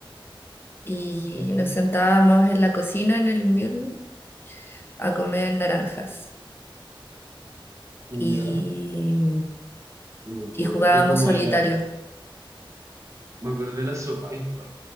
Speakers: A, on the left; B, on the right.
A: y
B: Ujú.
A: nos sentábamos en la cocina en el invierno a comer naranjas y,
B: Ya, me,
A: y
B: me
A: jugábamos
B: acordé como
A: solitario.
B: de la, me acordé de la sopaippa,